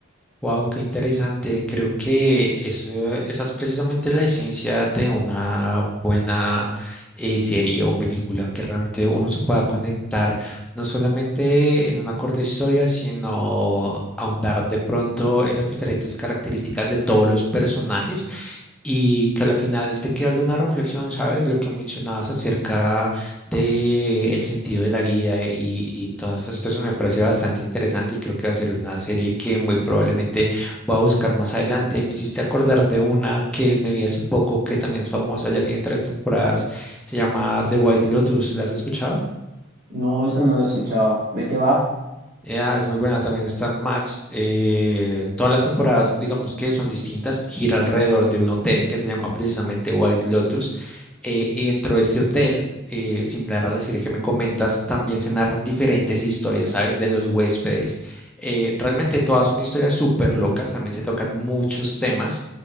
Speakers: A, in the centre; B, on the right.
A: Wow, qué interesante. Creo que eso, esa es precisamente la esencia de una buena eh, serie o película, que realmente uno se pueda conectar no solamente en una corta historia, sino ahondar de pronto en las diferentes características de todos los personajes y que al final te quede alguna reflexión, ¿sabes? Lo que mencionabas acerca de el sentido de la vida y, y toda esta situación me parece bastante interesante y creo que va a ser una serie que muy probablemente voy a buscar más adelante. Me hiciste acordar de una que me vi hace poco que también es famosa, ya tiene tres temporadas, se llama The White Lotus, ¿la has escuchado?
B: No, esa no la he escuchado. ¿De qué va?
A: Ya, es muy buena, también está en Max. Eh, todas las temporadas, digamos que son distintas, gira alrededor de un hotel que se llama precisamente White Lotus. eh, y dentro de este hotel, eh, similar a la serie que me comentas, también se narran diferentes historias, ¿sabes? De los huéspedes. Eh, realmente todas son historias súper locas, también se tocan muchos temas.